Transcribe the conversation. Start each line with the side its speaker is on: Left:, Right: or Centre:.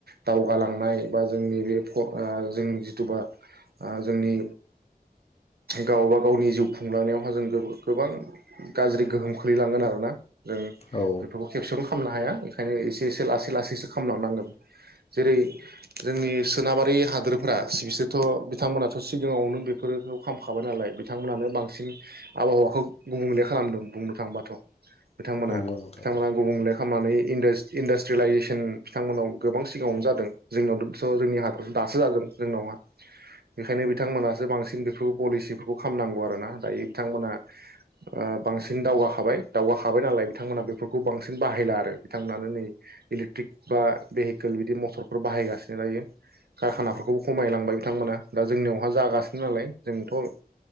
Right: दावगालांनाय बा जोंनि बे ब' ओ जों जिथुबा ओ जोंनि गावबा गावनि जिउ खुंलांनायावहा जों गोबां गाज्रि गोहोम ख्लैलाङो आरो ना जों
Left: औ
Right: बेफोरखौ खेबसेयावनो खालामनो हाया। ओंखायनो एसे एसे लासै लासैसो खालामलांनांगोन जेरै जोंनि सोनाबारि हादोरफोरा बिसोरथ' बिथांमोनाथ' सिगाङावनो बेफोरखौ खामखाबाय नालाय बिथांमोनानो बांसिन आबहावाखौ गुबुंले खालामदों बुंनो थांबाथ'। बिथांमोना
Left: नंगौ नोंथां
Right: बिथांमोना गुबुंले खालामनानै इन्डास्ट्रि इन्डास्ट्रिलाइजेसन बिथांमोनाव गोबां सिगाङावनो जादों जोंनियावथ' जोंनि हा दासो जादों जोंनावहा बेखायनो बिथांमोनासो बांसिन बे पलिसिफोरखौ खालामनांगौ आरोना दायो बिथांमोनहा ओ बांसिन दावगाखाबाय दावगाखाबाय नालाय बिथांमोनहा बेफोरखौ बांसिन बाहायला आरो बिथांमोनानो नै इलेक्ट्रिक बा भेहिकेल बिदि मथरफोर बाहायगासिनो दायो। कारखानाफोरखौबो खमायलांबाय बिथांमोना दा जोंनियावहा जागासिनो नालाय जोंथ' ओ